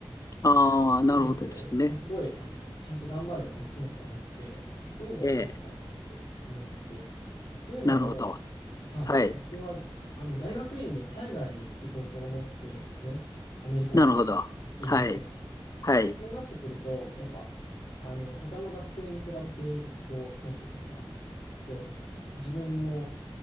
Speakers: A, on the left; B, on the left.
A: ああ、
B: そういうのって、
A: なるほどですね。
B: まあ、すごい、あの、ちゃんと頑張ればできなくはなくて、そういうのをやりたいなって思ってて。
A: ええ。
B: というのも、
A: なるほど。
B: はい、
A: はい。
B: 僕は、あの、大学院で海外に行こうと思ってるんですね。アメリカとか、
A: なるほど。
B: イギリスとか。
A: はい。はい。
B: そうなってくると、やっぱ、あの、他の学生に比べて、こう、なんていうんですか、こう、自分の、